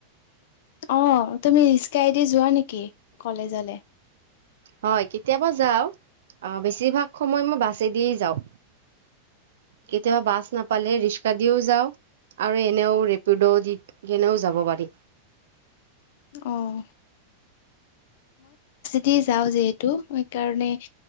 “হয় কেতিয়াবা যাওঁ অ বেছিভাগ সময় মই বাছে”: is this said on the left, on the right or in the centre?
Right